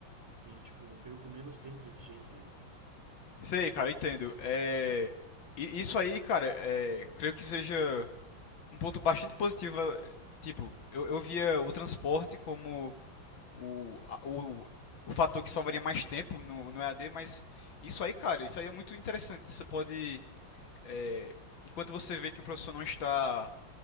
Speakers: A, on the right (about 15°); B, on the left (about 75°).
A: e, tipo, perco menos tempo desse jeito, sabe?
B: Sei, cara, entendo. É, e Isso aí, cara, é, creio que seja um ponto bastante positivo. eh, Tipo, eu, eu via o transporte como o, a- o, o fator que salvaria mais tempo no, no EAD, mas isso aí, cara, isso aí é muito interessante. Você pode, eh, enquanto você vê que o professor não está,